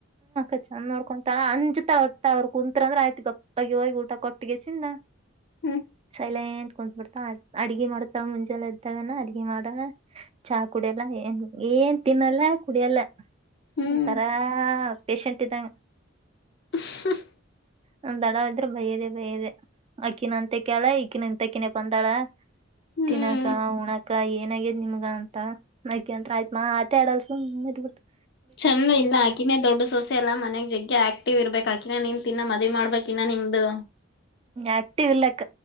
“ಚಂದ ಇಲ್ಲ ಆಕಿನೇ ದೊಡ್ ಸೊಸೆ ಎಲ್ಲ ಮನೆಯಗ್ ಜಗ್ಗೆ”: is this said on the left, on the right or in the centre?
Left